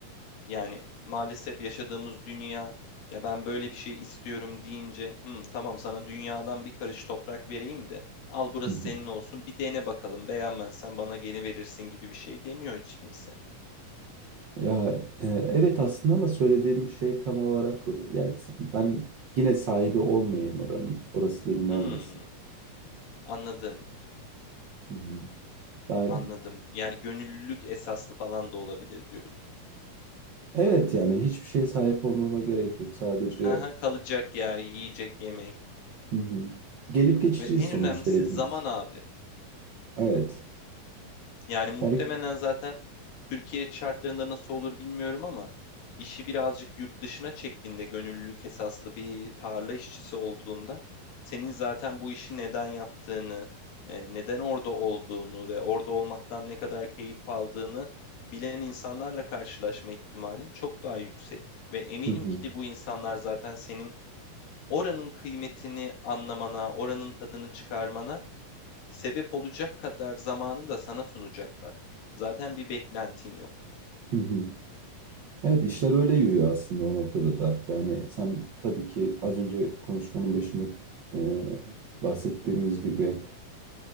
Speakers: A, on the left; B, on the right.
A: Yani maalesef yaşadığımız dünya ya ben böyle bir şey istiyorum deyince "Hmm, tamam sana dünyadan bir karış toprak vereyim de al burası
B: <laughs>
A: senin olsun bir dene bakalım beğenmezsen bana geri verirsin gibi bir şey demiyor hiç kimse.
B: Ya e, evet aslında ama söylediğim şey tam olarak o değil. Yani sen- ben yine sahibi olmayayım oranın. Orası benim
A: Hmm,
B: olmasın.
A: anladım
B: Hı hı. Daha,
A: anladım yani gönüllülük esaslı falan da olabilir diyorsun.
B: evet yani hiçbir şeye sahip olmama gerek yok. Sadece
A: Hı hı, kalacak yer yiyecek yemek
B: hı hı. Gelip geçiciyiz
A: ve en
B: sonuçta
A: önemlisi
B: hepimiz.
A: zaman abi.
B: Evet.
A: Yani muhtemelen
B: Yani
A: zaten Türkiye şartlarında nasıl olur bilmiyorum ama işi birazcık yurt dışına çektiğinde gönüllülük esaslı bir tarla işçisi olduğunda senin zaten bu işi neden yaptığını, e, neden orada olduğunu ve orada olmaktan ne kadar keyif aldığını bilen insanlarla karşılaşma ihtimalin çok daha yüksek. Ve eminim
B: hı hı.
A: ki bu insanlar zaten senin oranın kıymetini anlamana, oranın tadını çıkarmana Sebep olacak kadar zamanı da sana sunacaklar. Zaten bir beklentin yok.
B: Hı hı. Evet işler öyle yürüyor aslında o noktada da. Yani sen tabii ki az önce konuşmanın başında e, bahsettiğimiz gibi